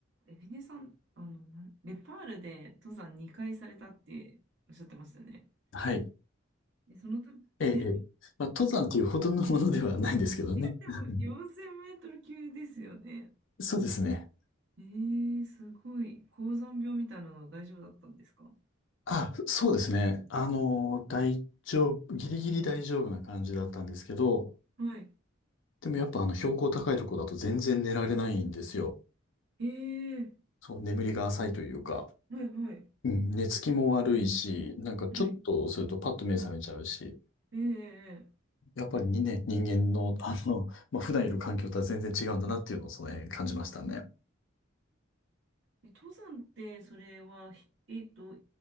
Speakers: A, on the right (about 65°); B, on the left (about 70°).
A: エビネさん、あの、なん、ネパールで登山2回されたっておっしゃってましたね。
B: はい。
A: え、その時、
B: ええ、
A: <laughs>
B: ええ。まあ、登山っていうほどのものではないんですけどね。
A: でも4000メートル級ですよね。
B: <laughs> そうですね。
A: えー、すごい。高山病みたいなのは大丈夫だったんですか
B: あ、そうですね。あの、大丈夫、ギリギリ大丈夫な感じだったんですけど、
A: はい。
B: でもやっぱあの標高高いとこだと全然寝られないんですよ。
A: えー、
B: そう、眠りが浅いというか、
A: はいはい。
B: うん、寝つきも悪いし、なんかちょっとするとパッと目覚めちゃうし、
A: はい。えー、えー
B: やっぱりにね、人間の、あの、まあ、普段いる環境とは全然違うんだなっていうのをその辺感じましたね。
A: え登山ってそれは、ひえっと、